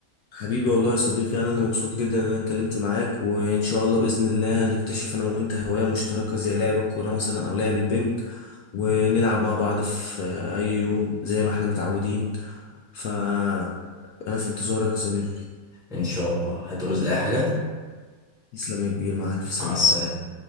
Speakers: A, on the left; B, in the centre.
A: حبيبي والله يا صديقي أنا اللي مبسوط جدا إن أنا اتكلمت معاك وإن شاء الله بإذن الله هنكتشف أنا وأنت هواية مشتركة زي لعب الكورة مثلا أو لعب البنج ونلعب مع بعض في أي يوم زي ما إحنا متعودين فأنا في انتظارك يا صديقي
B: ان شاء الله هتعوز اي حاجه
A: تسلم يا كبير مع ألف سلامة
B: مع السلامه